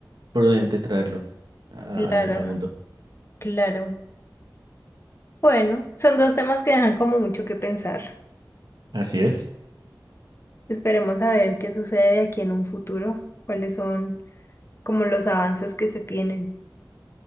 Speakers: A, on the right; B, on the left.
A: prudente traerlo a-
B: Claro,
A: al, al mundo.
B: claro. Bueno, son dos temas que dejan como mucho que pensar.
A: Así es.
B: Esperemos a ver qué sucede de aquí en un futuro, cuáles son como los avances que se tienen.